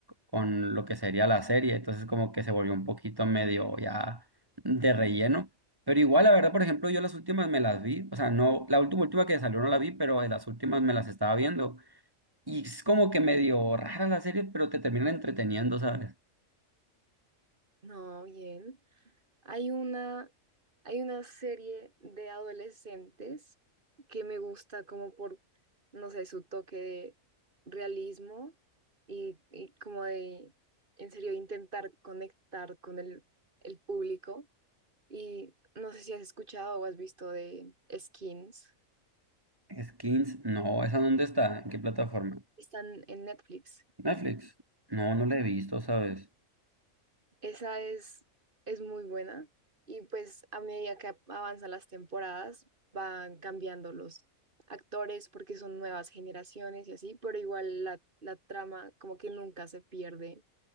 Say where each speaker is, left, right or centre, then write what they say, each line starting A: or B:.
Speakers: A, on the right; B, on the right.
A: con lo que sería la serie, entonces como que se volvió un poquito medio ya de relleno. Pero igual, la verdad, por ejemplo, yo las últimas me las vi, o sea, no, la última última que salió no la vi, pero de las últimas me las estaba viendo. Y es como que medio rara la serie, pero te terminan entreteniendo, ¿sabes?
B: No, bien. Hay una, hay una serie de adolescentes que me gusta como por, no sé, su toque de realismo y, y como de, en serio, intentar conectar con el, el público. Y no sé si has escuchado o has visto de Skins.
A: Skins, no, ¿esa dónde está? ¿En qué plataforma?
B: Están en Netflix.
A: Netflix. No, no la he visto, ¿sabes?
B: Esa es, es muy buena y pues a medida que avanzan las temporadas van cambiando los actores porque son nuevas generaciones y así, pero igual la, la trama como que nunca se pierde